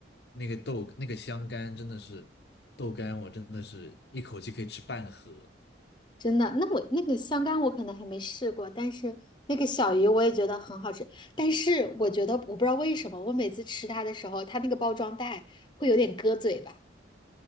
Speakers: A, on the left; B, on the left.
A: 那个豆那个香干真的是豆干，我真的是一口气可以吃半盒
B: 真的，那我那个香干我可能还没试过，但是那个小鱼我也觉得很好吃，但是我觉得我不知道为什么，我每次吃它的时候，它那个包装袋会有点割嘴巴。